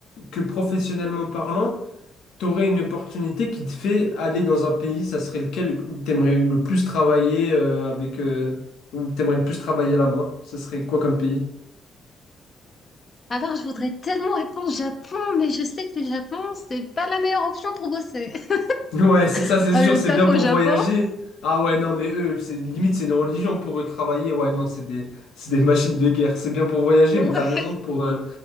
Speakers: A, on the left; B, on the left.
A: que professionnellement parlant, t'aurais une opportunité qui te fait aller dans un pays, ça serait lequel où t'aimerais le plus travailler euh, avec euh, où t'aimerais le plus travailler là-bas? Ça serait quoi comme pays? <laughs>
B: Alors, je voudrais tellement répondre Japon, mais je sais que le Japon, c'est pas la meilleure option pour bosser. <laughs>
A: Ouais, c'est ça, c'est
B: Oh,
A: sûr,
B: le
A: c'est
B: taf
A: bien
B: au
A: pour
B: Japon.
A: voyager.
B: <laughs>
A: Ah ouais, non, mais eux, c'est limite, c'est une religion pour eux travailler. Ouais, non, c'est des, c'est des machines de guerre. C'est bien pour voyager,
B: Ouais.
A: mais t'as raison, pour, euh,